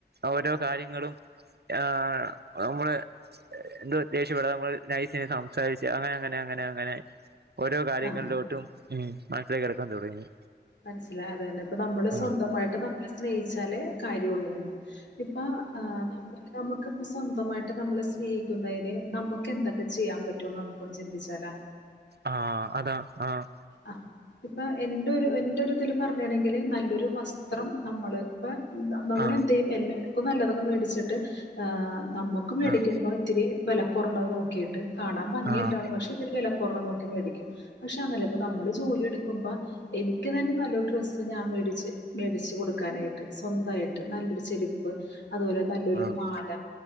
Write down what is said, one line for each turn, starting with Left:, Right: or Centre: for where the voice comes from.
Right: ഓരോ കാര്യങ്ങളും ആ നമ്മള്- എന്താ ദേഷ്യപ്പെടാതെ നമ്മള് നൈസിനെ സംസാരിച്ച് അങ്ങനെ അങ്ങനെ അങ്ങനെ അങ്ങനെ ഓരോ കാര്യങ്ങളിലോട്ടും
Left: ആ
Right: ഉം മനസ്സിലേക്ക് എടുക്കാൻ തുടങ്ങി
Left: മനസ്സിലായി അത് തന്നെ ഇപ്പ നമ്മള് സ്വന്തമായിട്ട്
Right: ആഹ്
Left: നമ്മളെ സ്നേഹിച്ചാലേ കാര്യമുള്ളൂന്ന് ഇപ്പ ആഹ് അത് അങ്ങനെ നമുക്കിപ്പം സ്വന്തമായിട്ട് നമ്മളെ സ്നേഹിക്കുന്നതിന് നമുക്ക് എന്തൊക്കെ ചെയ്യാൻ പറ്റോന്ന് നമുക്കൊന്ന് ചിന്തിച്ചാലാ
Right: ആഹ് അതാ ആഹ്
Left: ആഹ് ഇപ്പൊ എന്റെ ഒരു എന്റെ ഒരു ഇതില് പറഞ്ഞയാണെങ്കില് നല്ലൊരു വസ്ത്രം നമ്മള്- അപ്പൊ നമ്മള്
Right: ആഹ്
Left: എന്ത് ചെയ്യും എല്ലാവർക്കും നല്ലതൊക്കെ മേടിച്ചിട്ട് നമ്മുക്ക് മേടിക്കുമ്പോ
Right: ആഹ്
Left: - ഇത്തിരി വെലക്കുറഞ്ഞത് നോക്കിയിട്ട് കാണാൻ ഭംഗിയുണ്ടാവാണം
Right: ആഹ്
Left: പക്ഷ ഇത്തിരി വെലക്കുറഞ്ഞത് നോക്കി മേടിക്കും പക്ഷേ അങ്ങനെ ഇപ്പ നമ്മള് ജോലി എടുക്കുമ്പോ- എനിക്ക് തന്നെ നല്ലൊരു ഡ്രസ്സ് ഞാൻ മേടിച്ച് മേടിച്ചു കൊടുക്കാനായിട്ട് സ്വന്തായിട്ട് നല്ലൊരു ചെരുപ്പ്- അതുപോലെ നല്ലൊരു
Right: ആഹ് ആഹ്
Left: മാല